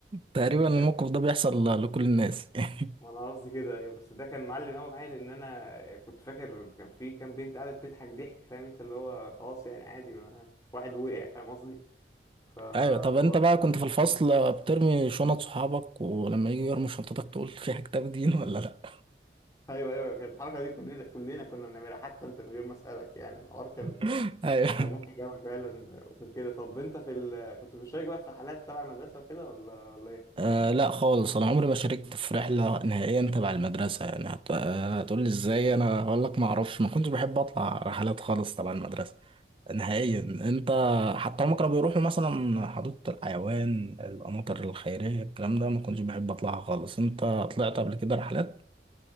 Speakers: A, on the right; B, on the left.
A: تقريبا الموقف
B: كان
A: ده بيحصل لكل الناس <laughs>
B: <laughs> انا قصدي كده ايوه بس ده كان معلم قوي معايا لان انا كنت فاكر كان في كام بنت قاعدة بتضحك ضحك فاهم انت اللي هو خلاص يعني عادي ما واحد وقع فاهم قصدي؟ فالحوار
A: ايوه طب انت بقى
B: كان
A: كنت في الفصل بترمي شنط صحابك ولما يجوا يرموا شنطتك تقول <laughs> في كتاب دين ولا لا
B: ايوه ايوه كانت الحركه دي كلنا كلنا كنا بنعملها حتى انت من غير ما اسالك يعني الحوار كان
A: <laughs> ايوه
B: كان مضحك قوي فعلا وكان كده طب انت في ال... كنت بتشارك بقى في رحلات تبع المدرسه وكده ولا ولا ايه؟
A: آه لا خالص انا عمري ما شاركت في رحله نهائيا تبع المدرسه يعني هت... آه هتقول لي ازاي انا اقول لك ما اعرفش ما كنتش بحب اطلع رحلات خالص تبع المدرسه نهائيا انت حتى هم كانوا بيروحوا مثلا حديقه الحيوان القناطر الخيريه الكلام ده ما كنتش بحب اطلعها خالص انت طلعت قبل كده رحلات